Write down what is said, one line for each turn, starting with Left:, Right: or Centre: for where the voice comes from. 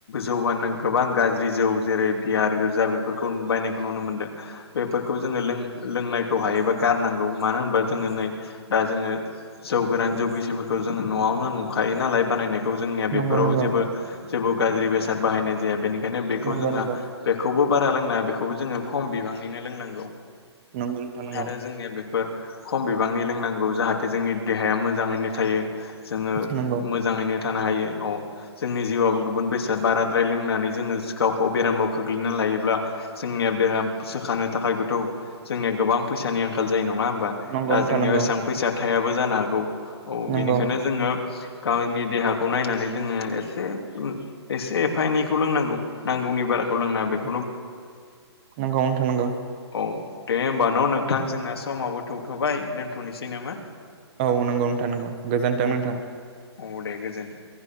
Left: जौ गोबां गाज्रि जौ जेरै बियार गोर्जा बे फोरखौ बायनायखौ नुनो मोनदों। बेफोरखौ जोङो लों-लोंनाय खौ हायोबा गारनांगौ । मानो होनबा जोङो नै दा जोङो जौ गोरान जौ गिसिफोरखौ जोङो न'आव नो नुखायो नालाय बानायनायखौ जोंनिया बेफोराव
Right: नंगौ नोंथां नंगौ
Left: जेबो जेबो गाज्रि बेसाद बाहायनाय जाया बेनि खायनो बेखौ
Right: नंगौ
Left: जोङो
Right: नंगौ
Left: बेखौबो बारा लोंनांआ बेखौबो जोङो खम बिबाङैनो लोंनांगौ।
Right: नंगौ नंगौ
Left: आरो जोंनिया बेफोर खम बिबांनि लोंनांगौ जाहाथे जोंनि देहाया मोजाङैनो थायो। जोङो
Right: नंगौ नोंथां नंगौ
Left: मोजाङैनो थानो हायो । औ जोंनि जिउआबो गुबुन बेसाद बाराद्राय लोंनानै जोङो गावखौ बेरामाव खोख्लैना लायो ब्ला जोंनिया बेराम सोखानो थाखायबोथ' जोंनिया गोबां फैसानि आंखाल जायो न ङा होनबा?
Right: नंगौ
Left: दा
Right: नोंथां
Left: जोंनियाव
Right: नंगौ
Left: एसां फैसा थायाबो जानो हागौ । औ
Right: नंगौ
Left: बेनिखायनो जोङो गावनि देहाखौ नायनानै जोङो एसे एसे एफा एनैखौ लोंनांगौ। नांगौनि बाराखौ लोंनाङा बे
Right: नों गावनो हमथाना थानांगौ।
Left: औ दे होमबा न' नोंथां जोंना समावबो थौथ'बाय दोनथ'नोसै नामा?
Right: औ नंगौ नोंथां नंगौ गोजोन्थों
Left: औ
Right: नोंथां।
Left: औ दे गोजोन्थों।